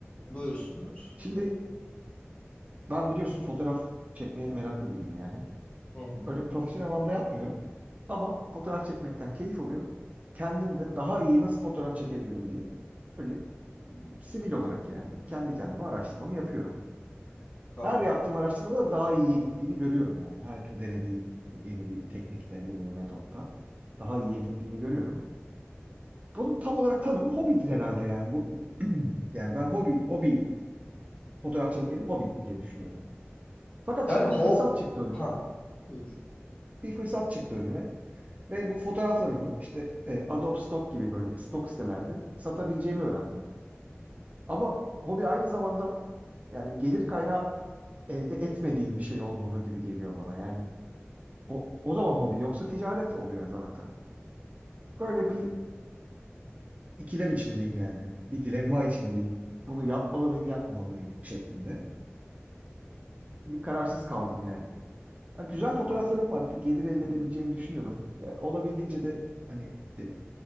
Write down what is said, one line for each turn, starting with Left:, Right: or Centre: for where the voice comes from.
Left: buyursunlar.
Right: Şimdi ben biliyorsun fotoğraf çekmeye meraklı biriyim yani.
Left: Hı hı,
Right: Öyle profesyonel anlamda yapmıyorum. Ama fotoğraf çekmekten keyif alıyorum. Kendim de daha iyi nasıl fotoğraf çekebilirim diye. Böyle sivil olarak yani kendi kendime araştırmamı yapıyorum.
Left: tamam.
Right: Her yaptığım araştırmada daha iyiye gittiğini görüyorum yani. Her denediğim yeni bir teknikte, yeni bir metotta daha iyiye gittiğini görüyorum. Bunun tam olarak tanımı hobidir herhalde yani. Bu <clears throat> yani ben hobi hobi fotoğrafçılık benim hobim diye düşünüyorum. Fakat
Left: Yani
Right: şimdi
Left: ho
Right: bir fırsat çıktı önüme.
Left: ha buyur.
Right: Bir fırsat çıktı önüme ve bu fotoğraflarımı işte e, Adobe Stock gibi böyle stok sitelerde satabileceğimi öğrendim. Ama hobi aynı zamanda yani gelir kaynağı elde etmediğin bir şey olmalı gibi geliyor bana. Yani O, o zaman hobi yoksa ticaret oluyor zaten. Böyle bir ikilem içindeyim yani. Bir dilemma içindeyim. Bunu yapmalı mıyım, yapmamalı mıyım şeklinde. Bir kararsız kaldım yani. Ha, güzel fotoğraflarım var. Bir gelir elde edebileceğimi düşünüyorum. Ya, olabildiğince de hani e,